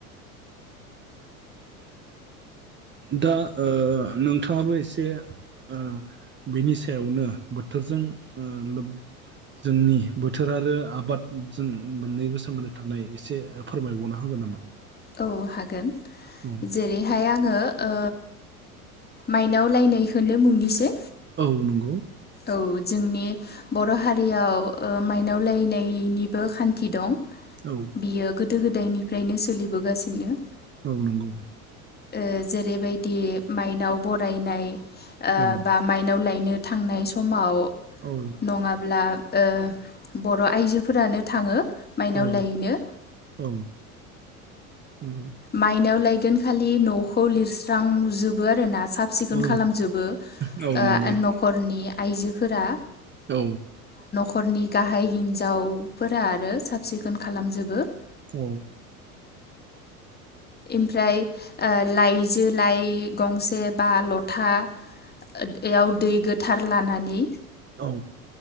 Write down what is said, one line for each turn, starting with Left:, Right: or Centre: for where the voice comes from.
Right: दा ओ नोंथाङाबो एसे ओ बेनि सायावनो बोथोरजों ओ लोब जोंनि बोथोर आरो आबादजों मोननैबो सोमोन्दो थानाय एसे फोरमायबावना होगोन नामा?
Left: औ हागोन।
Right: औ
Left: जेरैहाय आङो ओ माइनाव लायनायखौनो बुंनिसै
Right: औ नंगौ
Left: औ जोंनि बर' हारियाव ओ माइनाव लायनायनिबो खान्थि दं।
Right: औ
Left: बियो गोद गोदो-गोदायनिफ्रायनो सोलि बोगासिनो दङ।
Right: औ नंगौ।
Left: ओ जेरैबायदि माइनाव बरायनाय ओ
Right: औ
Left: बा माइनाव लायनो थांनाय समाव
Right: औ
Left: नङाब्ला ओ बर' आइजोफोरानो थाङो माइनाव
Right: औ
Left: लायनो।
Right: औ नंगौ
Left: माइनाव लायन गोन खालि न'खौ लिरस्रांजोबो आरो ना। साब-सिखोन
Right: औ
Left: खालामजोबो ओ
Right: औ नंगौ
Left: न'खरनि आइजोफोरा
Right: औ।
Left: खरनि गाहाइ हिन्जावफोरा आरो साब-सिखोन खालामजोबो।
Right: औ।
Left: इनफ्राय ओ लाइजो लाइ गंसे बा लथायाव दै गोथार। लानानै।
Right: औ।